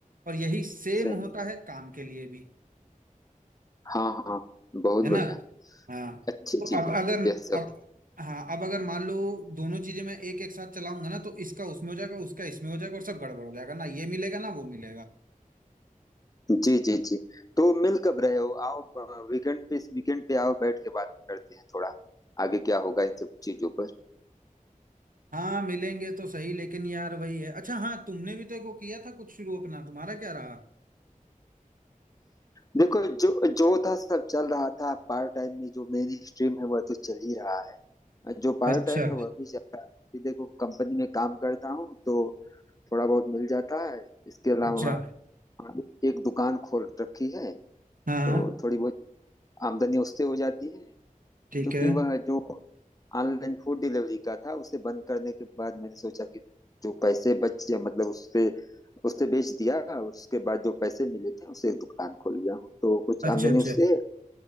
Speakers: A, on the right; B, on the left.
A: और यही सेम
B: सही
A: होता
B: है।
A: है काम के लिए भी
B: हाँ हाँ बहुत
A: है ना
B: बढ़िया
A: हाँ
B: अच्छी
A: तो
B: चीज
A: अब
B: है
A: अगर
B: यह सब
A: अब हाँ अब अगर मान लो दोनों चीजें मैं एक एक साथ चलाऊंगा ना तो इसका उसमें हो जाएगा उसका इसमें हो जाएगा और सब गड़बड़ हो जाएगा ना ये मिलेगा ना वो मिलेगा
B: जी जी जी तो मिल कब रहे हो आओ वीकेंड पे इस वीकेंड पे आओ बैठ के बात करते हैं थोड़ा आगे क्या होगा इन सब चीजों पर
A: हाँ मिलेंगे तो सही लेकिन यार वही है अच्छा हाँ तुमने भी तो एक वो किया था कुछ शुरू अपना तुम्हारा क्या रहा
B: देखो जो जो था सब चल रहा था पार्ट टाइम में जो मेन स्ट्रीम है वह तो चल ही रहा है जो पार्ट
A: अच्छा
B: टाइम है वह भी चल रहा है अभी देखो कंपनी में काम करता हूँ तो थोड़ा बहुत मिल जाता है इसके अलावा
A: अच्छा
B: हाँ, एक दुकान खोल रखी है
A: हाँ
B: तो
A: हाँ,
B: थोड़ी बहुत आमदनी उससे हो जाती है
A: ठीक
B: क्योंकि
A: है
B: वह जो ऑनलाइन फूड डिलीवरी का था उसे बंद करने के बाद मैंने सोचा कि जो पैसे बच गया मतलब उससे उससे बेच दिया और उसके बाद जो पैसे मिले थे उसे एक दुकान खोल लिया तो कुछ
A: अच्छा
B: आमदनी
A: अच्छा
B: उससे